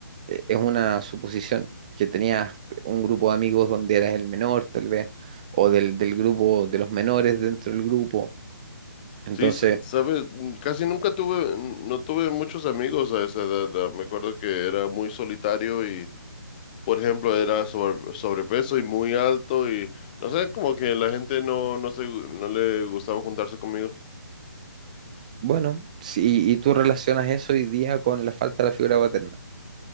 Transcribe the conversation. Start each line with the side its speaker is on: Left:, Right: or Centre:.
Right: e- es una suposición, que tenías un grupo de amigos donde eras el menor, tal vez, o del, del grupo de los menores dentro del grupo. Entonces,
Left: Sí, s- sabes, Mm, casi nunca tuve, no tuve muchos amigos a esa edad. ah, Me acuerdo que era muy solitario y, por ejemplo, era sobre- sobrepeso y muy alto y, no sé, como que la gente no, no se, no le gustaba juntarse conmigo.
Right: bueno, si, y tú relacionas eso hoy día con la falta de la figura paterna.